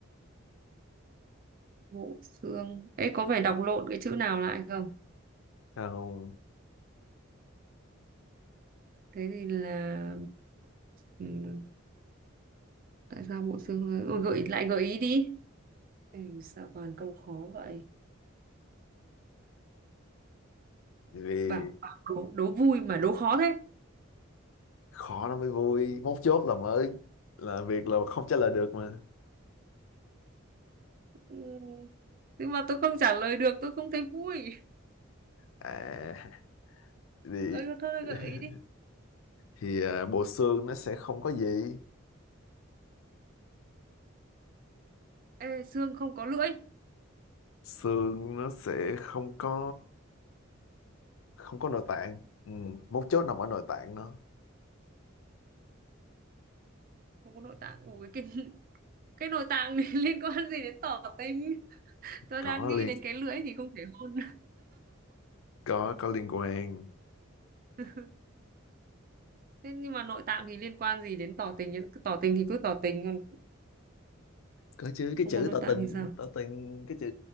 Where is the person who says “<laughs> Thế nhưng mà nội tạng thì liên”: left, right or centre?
Right